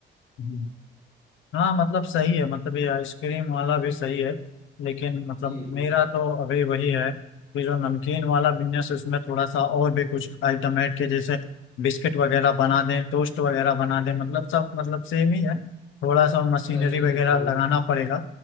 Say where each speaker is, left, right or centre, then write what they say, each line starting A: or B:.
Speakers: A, on the left; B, on the left.
A: हम्म। हाँ मतलब सही है मतलब ये आइसक्रीम वाला भी सही है लेकिन मतलब
B: जी जी
A: मेरा तो अभी वही है कि जो नमकीन वाला बिजनेस उसमें थोड़ा सा और भी कुछ आइटम ऐड के जैसे बिस्किट वगैरह बना दें टोस्ट वगैरह बना दें मतलब सब मतलब सेम ही है थोड़ा सा मशीनरी
B: सही
A: वगैरह
B: है सही
A: लगाना
B: है
A: पड़ेगा